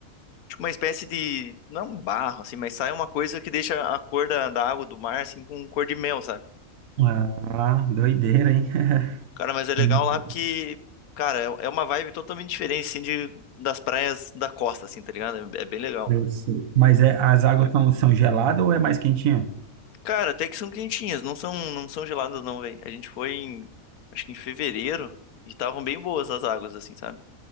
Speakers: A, on the left (about 85°); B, on the right (about 75°).
A: Tipo, uma espécie de. Não é um barro, assim, mas sai uma coisa que deixa a cor da, da água do mar, assim, com cor de mel, sabe?
B: Ah, doideira, hein?
A: Cara, mas é
B: <laughs>
A: legal lá porque, cara, é é uma vibe totalmente diferente, assim, de, das praias da costa, assim, tá ligado? É, é bem legal.
B: Eu sei. Mas é, as águas são, são geladas ou é mais quentinha?
A: Cara, até que são quentinhas, não são, não são geladas não, velho. A gente foi em, acho que em fevereiro e estavam bem boas as águas, assim, sabe?